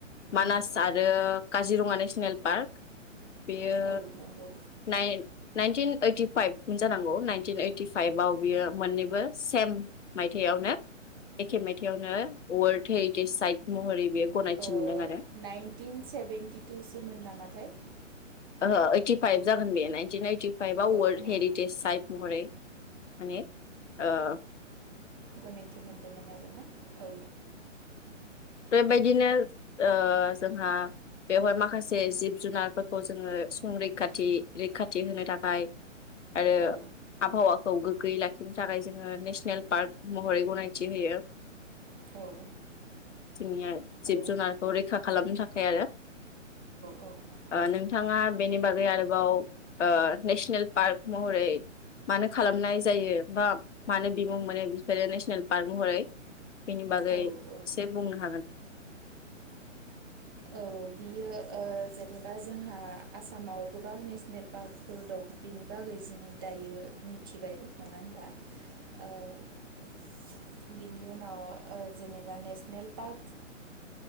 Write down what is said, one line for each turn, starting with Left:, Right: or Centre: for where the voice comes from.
Left: मानास
Right: उम
Left: आरो काजिरङा नेसनेल पार्क बेयो
Right: औ नंगौ
Left: नाइन नाइनटिन ओइटिफाइभ जानांगौ ननटिन ओइटिफाइभव बियो मोननै सेम मायथयावनो एखे मायथाइयावनो वर्ल्ड हेरिटेज साइट महरै- बेयो गनायथि
Right: ओ
Left: मोनदों आरो
Right: नाइनटिन सेभेेनटिथु‌ सोमोन नामाथाय?
Left: ओ ओइटिफाइभ जागोन बे नाइनटिन ओइटिफाइभआव
Right: औ
Left: वर्ल्डनि
Right: औ
Left: हेरिटेज साइट महरै माने ओ-
Right: गनायथि मोनदोंमोन आरो ना औ
Left: बेबायदिनो ओ जोंहा बेवहाय माखासे जिब जुनारफोरखौ जोङो संरैखाथि रैखाथि होनो थाखाय- आरो
Right: औ
Left: आबहावाखौ गोगो- गैयै लाखिनो थाखाय जोङो नेसनेल पार्क महरै गनायथि होयो
Right: औ
Left: <unintelligible> जिब
Right: औ
Left: जुनारखौ रैखा खालामनो थाखाय आरो
Right: औ नंगौ
Left: ओ नोंथाङा बेनि बागै आरो- आव ओ नेसनेल पार्क महरै मानो खालामनाय जायो बा मानो बिमुं मोनो बिफोरो नेसनेल पार्क महरै बेनि बागै
Right: औ औ
Left: से बे <inaudible>
Right: औ बियो ओ जेनेबा जोंहा आसामाव गोबां नेसनेल पार्कफोर दं बिनि बागै जों दायो मिथिबाय नङा होनबा ओ बिनि उनाव ओ जेनेबा नेसनेल पार्क-